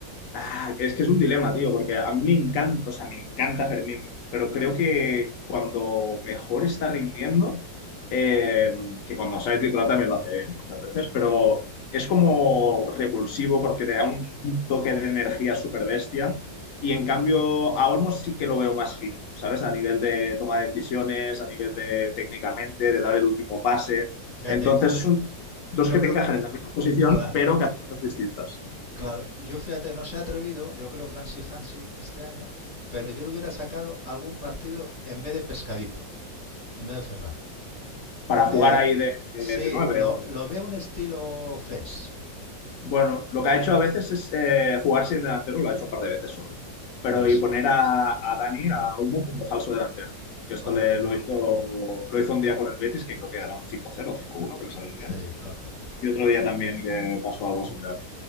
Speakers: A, on the left; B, on the left.
A: Ah, es que es un dilema, tío, porque a mí me encanta, o sea, me encanta Fermín, pero creo que cuando mejor está rindiendo, eh, que cuando sale titular también lo hace bien ¿eh? muchas veces, pero es como repulsivo porque te da un toque de energía súper bestia y en cambio a Olmos sí que lo veo más fino, ¿sabes? A nivel de toma de decisiones, a nivel de técnicamente, de dar el último pase.
B: Fíjate,
A: Entonces son dos
B: yo
A: que
B: creo,
A: te encajan en la misma posición,
B: claro,
A: pero que hacen cosas distintas.
B: claro, yo fíjate, no se ha atrevido, yo creo Hansi Hansi este año, pero yo le hubiera sacado algún partido en vez de Pescadito, en vez de Ferran.
A: para
B: Eh,
A: jugar ahí de,
B: sí,
A: de nueve.
B: lo,
A: O...
B: lo veo un estilo Fes,
A: Bueno, lo que ha hecho a veces es eh, jugar sin delantero, lo ha hecho un par de veces solo. Pero
B: por eso.
A: y poner a, a Dani, a Olmo, como falso delantero. Que esto
B: Correcto.
A: le, lo, hizo, lo hizo un día con el Betis, que creo que era un cinco cero 0 5-1, que le salió
B: Sí,
A: bien.
B: correcto.
A: Y otro día también que pasó algo similar.